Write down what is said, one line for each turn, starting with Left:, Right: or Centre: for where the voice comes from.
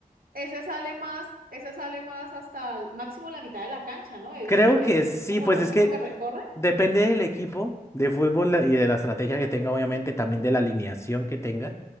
Right: ese sale más, ese sale más hasta el máximo la mitad de la cancha, ¿no? He
Left: Creo
Right: visto que,
Left: que sí,
Right: que es como
Left: pues
Right: lo máximo
Left: es que
Right: que recorre.
Left: Depende del equipo de fútbol eh, y de la estrategia que tenga, obviamente, también de la alineación que tenga.